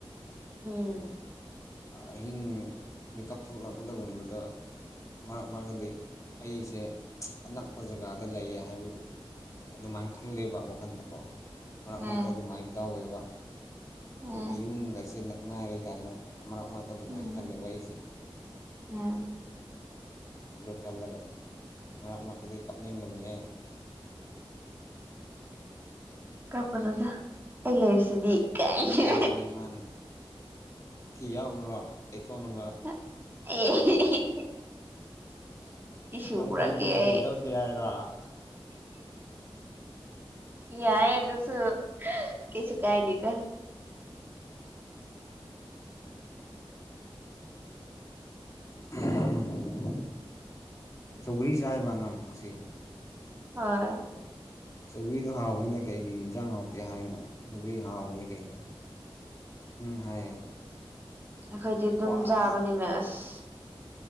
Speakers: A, on the right (about 25°); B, on the left (about 35°).
A: ꯎꯝ
B: ꯑꯍꯤꯡ ꯃꯤꯀꯞ ꯊꯣꯛꯂꯛꯄꯗꯒꯨꯝꯕꯗ ꯃꯔꯛ ꯃꯔꯛꯗꯤ ꯑꯩꯁꯦ ꯑꯅꯛꯄ ꯖꯒꯥꯗ ꯂꯩꯌꯦ ꯍꯥꯏꯕ ꯑꯗꯨꯃꯥꯏꯅ ꯈꯜꯂꯦꯕ ꯋꯥꯈꯟꯗꯀꯣ ꯃꯔꯛ ꯃꯔꯛꯇ
A: ꯑ
B: ꯑꯗꯨꯃꯥꯏꯅ ꯇꯧꯋꯦꯕ
A: ꯑ
B: ꯌꯨꯝꯒꯁꯦ ꯅꯛꯅꯔꯦ ꯀꯥꯏꯅ ꯃꯔꯛ ꯃꯔꯛꯇ ꯑꯗꯨꯃꯥꯏꯅ
A: ꯎꯝ
B: ꯈꯜꯂꯦꯕ ꯑꯩꯁꯦ
A: ꯎꯝ
B: ꯅꯣꯛꯍꯥꯜꯂꯒ ꯃꯔꯛ ꯃꯔꯛꯇꯗꯤ ꯀꯞꯅꯤꯡꯕꯅꯤꯌꯦ
A: ꯀꯥꯞꯒꯅꯣꯗ ꯑꯩ ꯂꯩꯔꯤꯁꯤꯗꯤ ꯀꯥꯏꯅ
B: ꯃꯥꯅꯦ ꯃꯥꯅꯦ ꯐꯤ ꯌꯥꯎꯕ꯭ꯔꯣ ꯇꯩꯊꯣꯛꯅꯕ
A: ꯑꯦ ꯑꯦ ꯑꯦ ꯇꯤꯁꯨ
B: ꯅꯪ
A: ꯄꯨꯔꯛꯀꯦ
B: ꯐꯨꯔꯤꯠꯇꯨꯅ
A: ꯑꯩ
B: ꯇꯩꯊꯣꯛꯀꯦ ꯍꯥꯏꯔꯣ
A: ꯌꯥꯏꯌꯦ ꯑꯗꯨꯁꯨ ꯀꯩꯁꯨ ꯀꯥꯏꯗꯦꯗ
B: <unintelligible> ꯁꯧꯒ꯭ꯔꯤ ꯆꯥꯏꯕ ꯅꯪ ꯉꯁꯤ
A: ꯍꯣꯏ
B: ꯁꯧꯒ꯭ꯔꯤꯗꯣ ꯍꯥꯎꯕꯅꯤꯅ ꯀꯩꯒꯤ ꯏꯟꯁꯥꯡ ꯍꯥꯎꯇꯦ ꯍꯥꯏꯅꯣ ꯁꯧꯒ꯭ꯔꯤ ꯍꯥꯎꯕꯅꯤ ꯀꯩꯅꯣ ꯎꯝ ꯍꯥꯏꯌꯦ
A: ꯑꯩꯈꯣꯏꯗꯤ ꯑꯗꯨꯝ
B: ꯈ꯭ꯋꯥꯏ
A: ꯆꯥꯕꯅꯤꯅ ꯑꯁ